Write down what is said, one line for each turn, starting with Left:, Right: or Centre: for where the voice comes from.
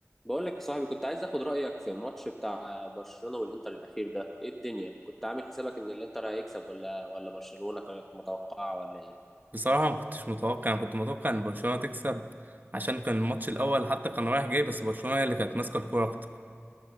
Centre: بقول لك يا صاحبي كنت عايز اخد رايك في الماتش بتاع برشلونه والانتر الاخير ده ايه الدنيا كنت عامل حسابك ان الانتر هيكسب ولا ولا برشلونه كانت متوقعه ولا ايه
Right: بصراحة ما كنتش متوقع أنا كنت متوقع إن برشلونة تكسب عشان كان الماتش الأول حتى كان رايح جاي بس برشلونة هي اللي كانت ماسكة الكورة أكتر